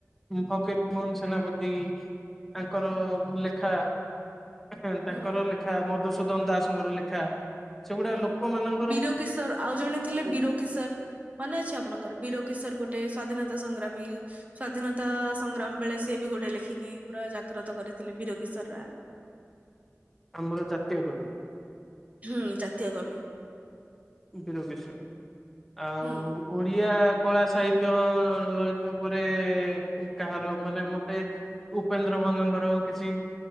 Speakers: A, in the centre; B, on the right (about 30°).
A: ଫକୀର ମୋହନ ସେନାପତି ତାଙ୍କର ଲେଖା ଆଁ ଆଁହ ତାଙ୍କର
B: ହୁଁ।
A: ଲେଖା ମଧୁସୂଦନ ଦାସଙ୍କର ଲେଖା ସେଗୁଡା
B: ହୁଁ
A: ଲୋକମାନ
B: ବୀର କିଶୋର ଆଉ ଜଣେ ଥିଲେ ବୀ ରୋ କିଶୋର ମନେଅଛି ଆପଣଙ୍କର ବିରୋକିଶର ଗୋଟେ ସ୍ଵାଧୀନତା ସଂଗ୍ରାମୀ। ସ୍ଵାଧୀନତା ସଂଗ୍ରାମ ବେଳେ ସିଏ ବି ଗୋଟେ ଲେଖିକି ପୁରା ଜାଗ୍ରତ କରିଥିଲେ ବୀରୋ କିିଶୋର ରାୟ।
A: ଆମର ଜାତୀୟ କବି।
B: ହୁଁ ଜାତୀୟ କବି।
A: ବୀରୋ କିଶୋର ଆଉ
B: ହୁଁ
A: ଓଡିଆ କଳା ସାହିତ୍ୟ ଲ ଲଳିତ ଉପରେ କାହାର ମାନେ ମତେ ଉପେନ୍ଦ୍ର ଭଞ୍ଜଙ୍କର କିଛି